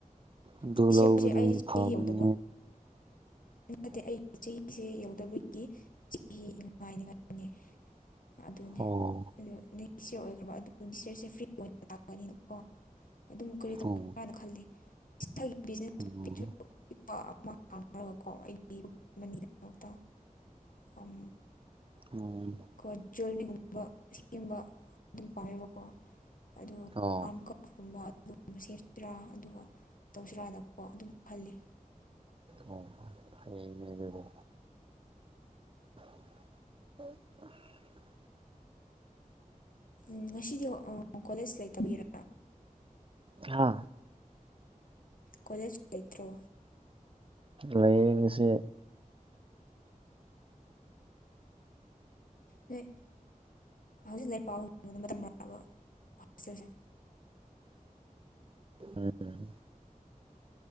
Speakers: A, on the right (about 40°); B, on the left (about 75°).
A: ꯑꯗꯨ
B: ꯗꯤꯁ
A: ꯂꯧꯕꯗꯨꯗꯤ
B: ꯌꯔꯁꯦ ꯑꯩꯁꯦ
A: ꯐꯥꯕꯅꯤ
B: ꯆꯍꯤ ꯌꯧꯗꯕ ꯅꯠꯇꯦ ꯑꯩꯒꯤ ꯆꯍꯤꯁꯦ ꯌꯧꯗꯕꯒꯤ ꯆꯍꯤ ꯉꯥꯏꯅ ꯉꯥꯏꯅꯦ ꯑꯗꯨꯅꯦ
A: ꯑꯣ
B: ꯑꯗꯨ ꯑꯣꯏꯈ꯭ꯔꯕ ꯑꯗꯨ ꯗꯤꯔꯁꯦ ꯐ꯭ꯔꯤ ꯑꯣꯏꯅ ꯇꯥꯛꯒꯅꯤꯅꯀꯣ ꯑꯗꯨꯝ ꯀꯔꯤ
A: ꯆꯨ
B: ꯅ ꯈꯜꯂꯤ ꯏꯁꯥꯒꯤꯕꯤ
A: ꯑꯣ
B: ꯏꯄꯥ ꯑꯃ ꯍꯥꯡꯉꯒ ꯀꯣ ꯑꯩꯒꯤ ꯃꯅꯤꯒꯤꯗꯃꯛꯇ ꯑꯥꯝ
A: ꯑꯣꯝ
B: ꯀꯣ ꯖ꯭ꯋꯦꯔꯤꯒꯨꯝꯕ ꯁꯤꯒꯨꯝꯕ ꯑꯗꯨꯝ ꯄꯥꯝꯌꯦꯕꯀꯣ ꯑꯗꯣ
A: ꯑꯣ
B: ꯑꯥꯔꯝ ꯀ ꯀꯨꯝꯕ ꯑꯗꯨꯒꯨꯝꯕ ꯁꯦꯝꯁꯤꯔꯥ ꯑꯗꯨꯒ ꯇꯧꯁꯤꯔꯥꯅꯀꯣ ꯑꯗꯨꯝꯈꯜꯂꯤ꯫
A: ꯑꯣ ꯍꯌꯦꯡꯅꯦ ꯑꯗꯨꯗꯤ <unintelligible>
B: ꯎꯝ ꯉꯁꯤꯗꯤ ꯀꯣꯂꯦꯖ ꯂꯩꯇꯕꯤꯔꯣ꯫
A: ꯍꯥ
B: ꯀꯣꯂꯦꯖ ꯂꯩꯇ꯭ꯔꯣ?
A: ꯂꯩꯌꯦ ꯉꯁꯤ꯫
B: ꯅꯣꯏ ꯍꯧꯖꯤꯛ ꯂꯩꯔꯤꯛ ꯄꯥꯕ ꯃꯇꯝ ꯃꯕ ꯍꯣꯜꯇꯦꯜ ꯁꯦ?
A: ꯎꯝ ꯎꯝ꯫